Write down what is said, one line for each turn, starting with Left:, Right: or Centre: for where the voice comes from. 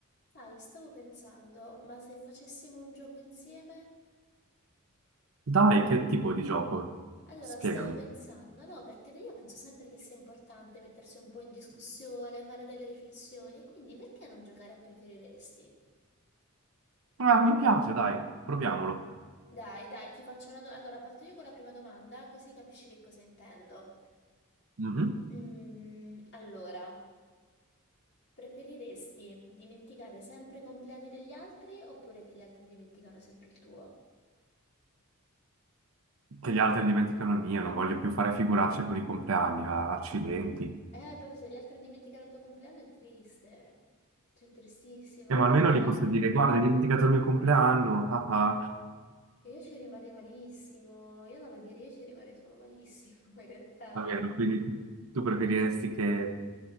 Left: Sai, stavo pensando, ma se facessimo un gioco insieme?
Right: Dai, che tipo di gioco?
Left: Allora,
Right: Spiegami.
Left: stavo pensando, no, perché io penso sempre che sia importante mettersi un po' in discussione, fare delle riflessioni, quindi perché non giocare a preferiresti?
Right: Ah, mi piace, dai, proviamolo.
Left: Dai, dai, ti faccio una domanda. Allora, parto io con la prima domanda, così capisci che cosa intendo.
Right: Mhm.
Left: Mm, allora, preferiresti dimenticare sempre i compleanni degli altri oppure che gli altri dimenticano sempre il tuo?
Right: Che gli altri dimenticano il mio, non voglio più fare figuracce con i compleanni, ah, accidenti.
Left: Eh, però se gli altri dimenticano il tuo compleanno è triste. Cioè, è tristissima
Right: Eh,
Left: come
Right: ma almeno
Left: cosa.
Right: gli posso
Left: E
Right: dire, guarda, hai dimenticato il mio compleanno, <laughs> ah, ah.
Left: io ci rimarrei malissimo. Io non lo direi, io ci rimarrei solo malissimo, <laughs> in realtà.
Right: Va bene, quindi tu preferiresti che